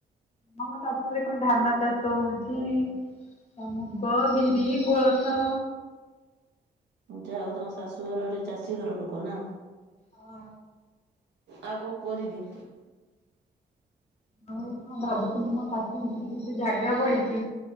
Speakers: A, on the left (about 40°); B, on the right (about 80°).
A: ହଁ ଶାଶୁ ଘରେ କଣ ଧାନ ଚାଷ ହୋଉଚି ଆଉ ମୁଗ, ବିରି, କୋଳଥ
B: ଯା ହଉ ତମ ଶାଶୁଘର ଗୋଟେ ଚାଷୀ ଘର ଲୋକ ନା?
A: ହଁ।
B: ଆଉ କଣ କୁଅ ଦିଦି?
A: ଆଉ କଁ ଭାବୁଥିଲି ମୋ ଶାଶୁ ଘରେ ଯଦି ଏତେ ଜାଗା ପଡିଚି